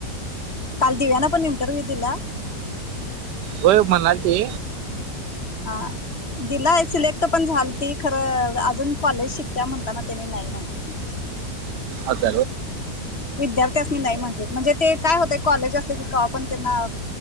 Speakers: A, on the left; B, on the right.
A: काल दिव्याना पण इंटरव्ह्यू दिला
B: होय म्हणालती
A: हा दिला अससले पण झाली ती खरं अजून कॉलेज शिकत म्हणताना त्यांनी नाही म्हटली
B: अल
A: विद्यार्थी असनी नाही म्हटले म्हणजे ते काय होते कॉलेज असते की का पण त्यांना